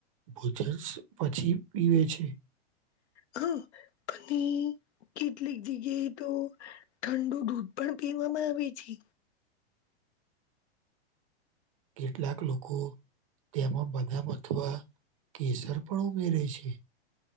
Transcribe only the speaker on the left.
હમ પન ઈ કેટલીક જગ્યાએ તો ઠંડુ દૂધ પણ પીવામાં આવે છે.